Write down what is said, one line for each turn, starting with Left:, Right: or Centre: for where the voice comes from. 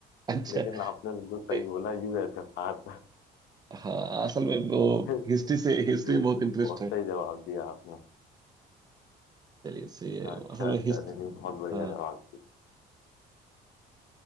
Right: अच्छा
Left: लेकिन आपने बिल्कुल
Right: नहीं,
Left: सही बोला यूएसएसआर
Right: हाँ असल में वो
Left: <laughs>
Right: हिस्ट्री से हिस्ट्री में बहुत
Left: बहुत
Right: इंटरेस्ट है
Left: सही जवाब दिया आपने
Right: चलिए से असल
Left: अच्छा
Right: में
Left: अच्छा
Right: हिस्ट्री
Left: नहीं नहीं बहुत बढ़िया
Right: हाँ
Left: जवाब